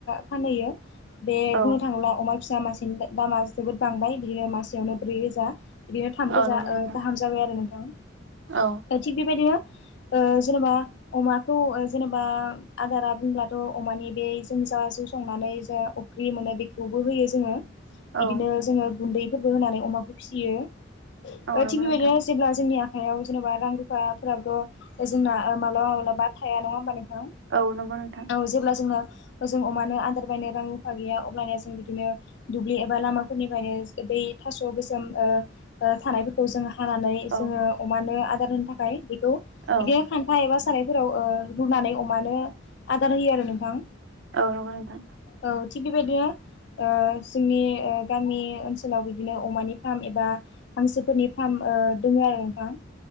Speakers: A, on the left; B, on the right.
A: फानहैयो बे
B: औ
A: बुंनो थाङोब्ला अमा फिसा मासेनि दामा जोबोद बांबाय बिदिनो मासेयावनो ब्रै रोजा बिदिनो थाम
B: औ
A: रोजा
B: नंगौ नोंथां
A: गाहाम जाबाय आरो नोंथां
B: औ
A: दा थिग बेबायदिनो ओ जेनेबा अमाखौ जेनेबा आदारा बुंब्लाथ' अमानि बे जों जा संनानै जा अफि् मोनो बेखौबो होयो जोङो बिदिनो
B: औ
A: जोङो गुन्दैफोरबो होनानै अमाखौ फियो ओ
B: औ नंगौ
A: थिग बेबायदिनो
B: नोंथां
A: जेब्ला जोंनि आखायाव जेनेबा रां रुफाफोराबथ' जोंना माब्लाबा माब्लाबा थाया नङा होमबा नोंथां
B: औ नंगौ नोंथां
A: औ जेब्ला जोंङो जों अमानो आदार बायनो रां रुफा गैया अबानया जों बिदिनो दुब्लि एबा लामाफोरनि बायनो दै थास' गोजोम थानायफोरखौ जोंङो हानानै जोङो
B: औ
A: अमानो आदार होनो थाखाय बेखौ
B: औ
A: बिदिनो खान्था एबा सारायफोराव रुनानै अमानो आदार होयो आरो नोंथां
B: ओ नोंगौ नोंथां
A: औ थिग बेबायदिनो ओ जोंनि ओ गामि ओनसोलाव बिदिनो अमानि फार्म एबा हांसोफोरनि फार्म ओ दङ आरो नोंथां